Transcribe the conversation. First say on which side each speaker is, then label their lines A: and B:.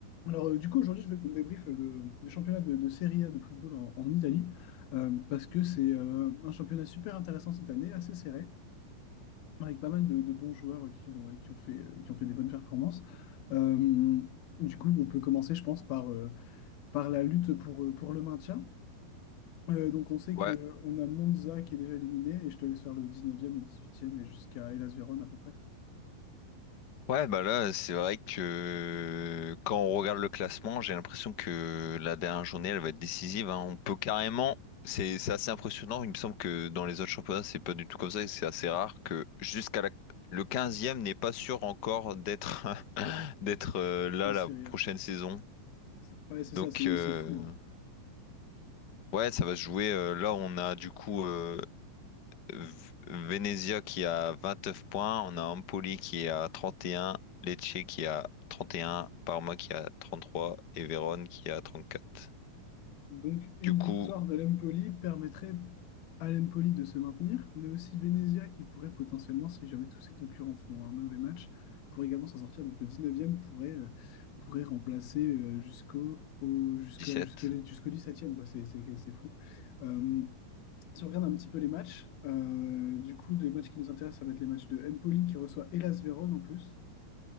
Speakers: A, on the left; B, on the left.
A: Alors, euh, du coup, aujourd'hui, je veux qu'on débriefe le, le championnat de, de Serie A de football en, en Italie, euh, parce que c'est euh, un championnat super intéressant cette année, assez serré, avec pas mal de, de bons joueurs euh, qui ont, euh, qui ont fait, euh, qui ont fait des bonnes performances. Euh, du coup, on peut commencer, je pense, par, euh, par la lutte pour, euh, pour le maintien. Euh, donc, on sait
B: Ouais.
A: que on a Monza qui est déjà éliminé, et je te laisse faire le 19e, le 18e, et jusqu'à Hellas Vérone à peu près,
B: Ouais, bah là, c'est vrai que euh, quand on regarde le classement, j'ai l'impression que la dernière journée, elle va être décisive, hein. On peut carrément, c'est c'est assez impressionnant. Il me semble que dans les autres championnats, c'est pas du tout comme ça. et C'est assez rare que jusqu'à la... le quinzième n'est pas sûr encore d'être <laughs> d'être euh, là
A: en
B: la
A: Serie
B: prochaine
A: A.
B: saison.
A: C'est- Ouais, c'est
B: Donc
A: ça, c'est
B: euh,
A: c'est fou, hein.
B: ouais, ça va se jouer. euh, là, on a du coup euh, V- Venezia qui a 29 points, on a Empoli qui est à 31, Lecce qui a 31, Parma qui a 33 et Vérone qui a 34.
A: Donc, une
B: Du coup,
A: victoire de l'Empoli permettrait à l'Empoli de se maintenir, mais aussi Venezia qui pourrait potentiellement, si jamais tous ses concurrents font un mauvais match, pourrait également s'en sortir. Donc, le dix-neuvième pourrait, euh, pourrait remplacer euh, jusqu'au au- jusqu'à-
B: dix-sept.
A: jusque les- jusqu'au dix-septième. quoi. C'est c'est- c'est fou. Euh, si on regarde un petit peu les matchs, euh, du coup, les matchs qui nous intéressent, ça va être les matchs de Empoli qui reçoit Hellas Vérone en plus.